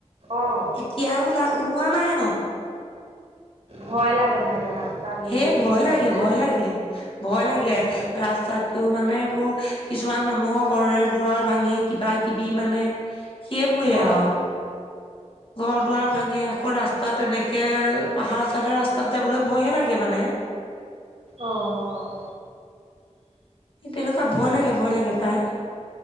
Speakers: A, on the right (about 55°); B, on the left (about 45°).
A: অ',
B: এতিয়া ওলা ওলোৱা নাই। আৰু
A: ভয় লাগে চাগে। ৰাস্তাত হেৰি
B: এ
A: ঘূৰি
B: ভয়
A: ফুৰে
B: লাগে,
A: যে।
B: ভয় লাগে, ভয়
A: অ',
B: লাগে ৰাস্তাতকেও মানে এইবোৰ কিছুমান মানুহৰ ঘৰে দুৱাৰ ভাঙি কিবা- কিবি মানে সেইবোৱে
A: অ'।
B: আও। ঘৰ দুৱাৰ ভাঙে আকৌ ৰাস্তা তেনেক- কে পাহাৰ চাইডৰ ৰাস্তাত যাবলৈ ভয়ে লাগে মানে।
A: অ
B: তেনেকুৱা
A: তাকে
B: ভয় লাগে ভয় লাগে পাই।